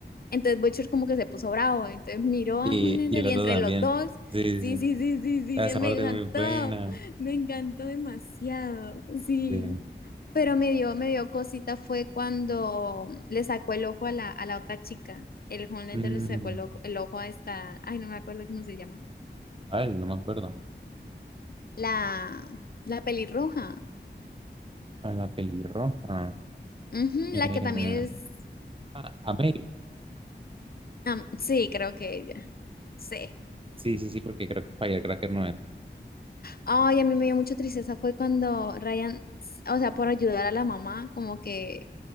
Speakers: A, on the left (about 55°); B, on the right (about 30°).
A: Entonces Butcher como que se puso bravo, entonces miró
B: Y,
A: a Homelander
B: y el otro
A: y entre
B: también.
A: los dos,
B: Sí, sí,
A: sí,
B: sí.
A: sí, sí, sí, sí,
B: Ah, Esa
A: eh, me
B: parte
A: encantó,
B: es muy buena.
A: <laughs> me encantó demasiado, sí.
B: Sí.
A: Pero me dio, me dio cosita fue cuando le sacó el ojo a la, a la otra chica, el Homelander
B: Mm,
A: le sacó el, ojo- el ojo a esta, ay, no me acuerdo cómo se llama,
B: ay, no me acuerdo.
A: la, la pelirroja,
B: A la pelirroja.
A: Ujú,
B: Eh,
A: la que también es,
B: ah, a May.
A: am- sí, creo que ella, sí.
B: Sí, sí, sí, porque creo que Firecracker no es.
A: Ay, a mí me dio mucha tristeza fue cuando Ryan, o sea, por ayudar a la mamá, como que